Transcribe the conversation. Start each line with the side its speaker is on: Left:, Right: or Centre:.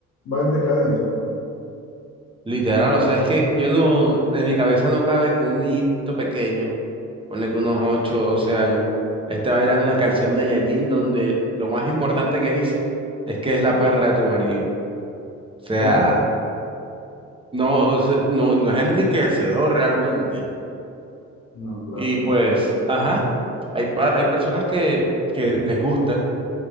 Left: va en decadencia, pues.
Right: literal, o sea, es que yo no, en mi cabeza no cabe que un niñito pequeño, ponle que unos 8 o 12 años, esté bailando una canción de Yailin donde lo más importante que dice es que es la perra de tu marido. O sea,
Left: Oh,
Right: no, o sea, no, no es enriquecedor realmente.
Left: no, claro
Right: Y
Left: que
Right: pues,
Left: no.
Right: ajá, hay, pa- hay personas que, que les gusta.